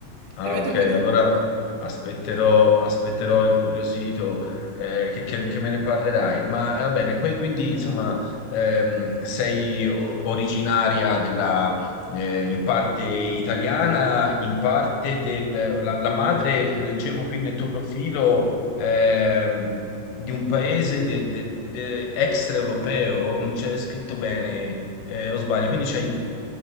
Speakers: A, on the left (about 85°); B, on the right (about 80°).
A: Ah,
B: Per mettere
A: ok,
B: un po' di...
A: allora
B: <laughs>
A: aspetterò, aspetterò incuriosito eh, che, che- che me ne parlerai. Ma eh, va bene, poi quindi insomma ehm, sei o- originaria della, eh, in parte italiana, in parte del... La, la madre, leggevo qui nel tuo profilo, ehm, di un paese de- de- de- extraeuropeo, non c'è scritto bene, eh, o sbaglio, quindi c'hai